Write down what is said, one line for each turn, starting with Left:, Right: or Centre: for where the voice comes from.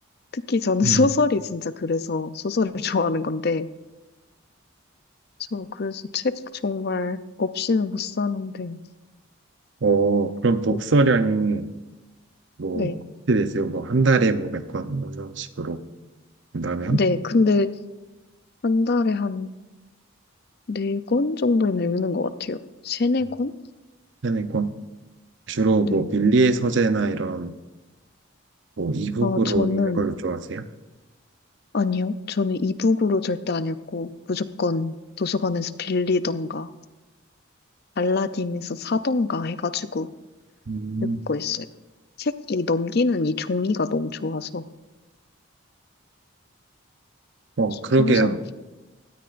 Left: 특히 저는 <laughs>
Right: 음.
Left: 소설이 진짜 그래서 소설을 <laughs> 좋아하는 건데, 저 그래서 책 정말 없이는 못 사는데,
Right: 어, 그럼 독서량이
Left: 어,
Right: 뭐,
Left: 네.
Right: 어떻게 되세요? 뭐, 한 달에 뭐, 몇 권, 뭐 이런 식으로 본다면?
Left: 네, 근데 한 달에 한 네 권 정도는 읽는 것 같아요. 세네
Right: 음.
Left: 권?
Right: 네네 권. 주로
Left: 네.
Right: 뭐, 밀리의 서재나 이런, 뭐, 이북으로
Left: 아, 저는
Right: 읽는 걸 좋아하세요?
Left: 아니요. 저는 이북으로 절대 안 읽고 무조건 도서관에서 빌리던가 알라딘에서 사던가 해가지고
Right: 음.
Left: 읽고 있어요. 책이 넘기는 이 종이가 너무 좋아서
Right: 어, 그러게요.
Left: 항상